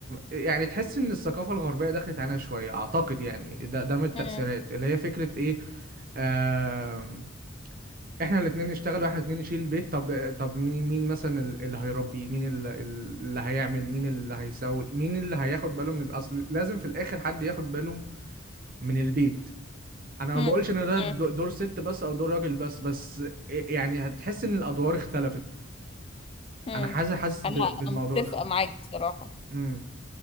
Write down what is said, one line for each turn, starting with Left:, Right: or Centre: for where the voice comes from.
Right: يعني تحس ان الثقافه الغربيه دخلت علينا شويه اعتقد يعني ده ده من التاثيرات
Left: مم.
Right: اللي هي فكره ايه آم، احنا الاتنين نشتغل واحنا الاتنين نشيل البيت طب طب مين مين مثلا ال- اللي هيربي مين ال- ال- اللي هيعمل مين اللي هيسوي مين اللي هياخد باله من الاصل لازم في الاخر حد ياخد باله من البيت انا
Left: مم.
Right: ما بقولش ان ده
Left: مم.
Right: دو- دور ست بس او دور راجل بس بس يعني هتحس ان الادوار اختلفت
Left: مم.
Right: انا حاسس حاسس
Left: انا
Right: ب- بالموضوع
Left: أنا متفقة
Right: ده
Left: معاك بصراحة
Right: امم